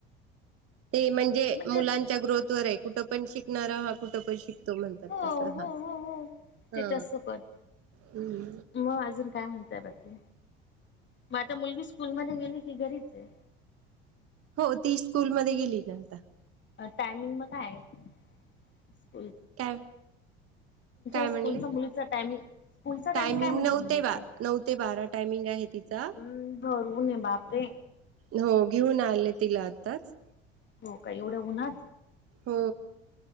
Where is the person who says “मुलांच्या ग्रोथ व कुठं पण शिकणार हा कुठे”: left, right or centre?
Right